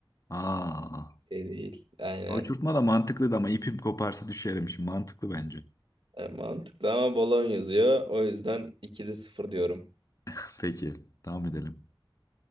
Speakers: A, on the left (about 40°); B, on the right (about 70°).
A: Aa,
B: E değil. Aynen.
A: uçurtma da mantıklıydı ama ipim koparsa düşerim şimdi. Mantıklı bence.
B: E, mantıklı ama balon yazıyor. O yüzden 2'de sıfır diyorum.
A: <laughs> Peki, devam edelim.